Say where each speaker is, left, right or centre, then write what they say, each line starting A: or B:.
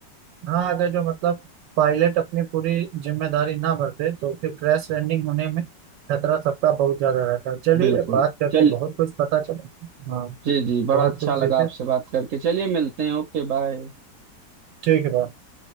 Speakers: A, on the right (about 85°); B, on the right (about 60°).
A: हाँ अगर जो मतलब पायलट अपनी पूरी जिम्मेदारी ना बरते तो फिर क्रैश लैंडिंग होने में खतरा सबका बहुत ज्यादा रहता है चलिए
B: बिल्कुल
A: बात करके
B: चल
A: बहुत कुछ पता चला हाँ
B: जी जी बड़ा
A: बहुत
B: अच्छा
A: कुछ
B: लगा
A: सीखे
B: आपसे बात करके चलिए मिलते हैं Okay bye
A: ठीक है bye।